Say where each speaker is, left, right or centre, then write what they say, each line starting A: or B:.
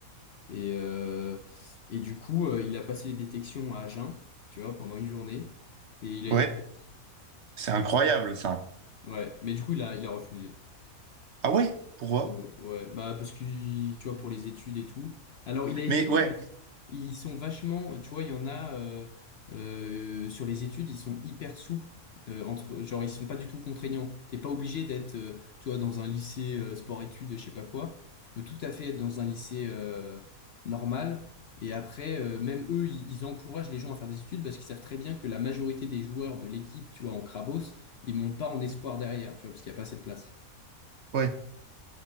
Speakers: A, on the left; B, on the right.
A: Et, euh, et du coup, euh, il a passé les détections à Agen, tu vois, pendant une journée. Et il a
B: Ouais.
A: été.
B: C'est incroyable, ça.
A: Ouais, mais du coup, il a, il a refusé.
B: Ah ouais? Pourquoi?
A: Ouais, bah, parce que, tu vois, pour les études et tout. Alors, il a hésité.
B: Mais ouais,
A: Ils sont vachement, tu vois, il y en a euh, euh, sur les études, ils sont hyper souples. euh, entre, genre, ils sont pas du tout contraignants. T'es pas obligé d'être, euh, tu vois, dans un lycée euh, sport-études, je sais pas quoi. Tu peux tout à fait être dans un lycée euh, normal. Et après, euh, même eux, ils, ils encouragent les gens à faire des études parce qu'ils savent très bien que la majorité des joueurs de l'équipe, tu vois, en Crabos, ils montent pas en espoir derrière, tu vois, parce qu'il y a pas assez de place.
B: ouais.